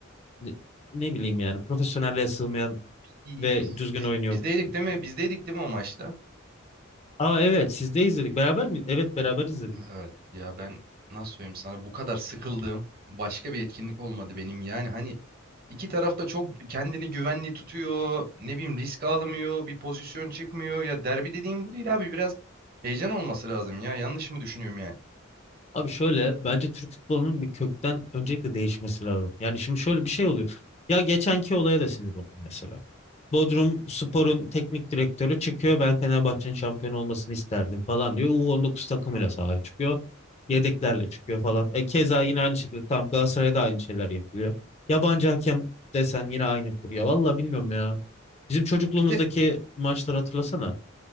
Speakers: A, on the left; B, on the right.
A: ne ne bileyim yani profesyonelliğe sığmayan
B: biz,
A: ve düzgün
B: biz-
A: oyun yok.
B: bizdeydik değil mi? Bizdeydik değil mi o maçta?
A: Aa evet siz de izledik beraber mi? Evet beraber izledik.
B: Evet ya ben nasıl söyleyeyim sana bu kadar sıkıldığım başka bir etkinlik olmadı benim yani hani İki taraf da çok kendini güvenli tutuyor. Ne bileyim risk almıyor. Bir pozisyon çıkmıyor. Ya derbi dediğim bu değil abi. Biraz heyecan olması lazım ya. Yanlış mı düşünüyorum yani?
A: Abi şöyle bence Türk futbolunun bir kökten öncelikle değişmesi lazım. Yani şimdi şöyle bir şey oluyor. Ya geçenki olaya da sinir oldum mesela. Bodrum Spor'un teknik direktörü çıkıyor. Ben Fenerbahçe'nin şampiyon olmasını isterdim falan diyor. U19 takımıyla sahaya çıkıyor. Yedeklerle çıkıyor falan. E keza yine aynı şekilde tam Galatasaray'da aynı şeyler yapılıyor. Yabancı hakem desen yine aynı kurya. Valla bilmiyorum ya. Bizim çocukluğumuzdaki
B: Bir de
A: maçları hatırlasana.